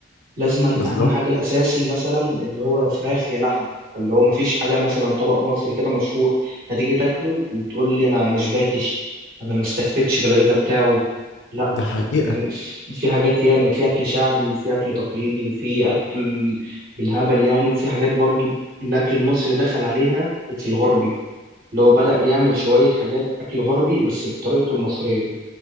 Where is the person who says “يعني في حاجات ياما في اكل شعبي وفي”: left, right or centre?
Right